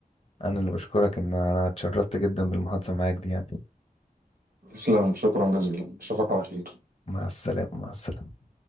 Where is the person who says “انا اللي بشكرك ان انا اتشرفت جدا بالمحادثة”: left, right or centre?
Left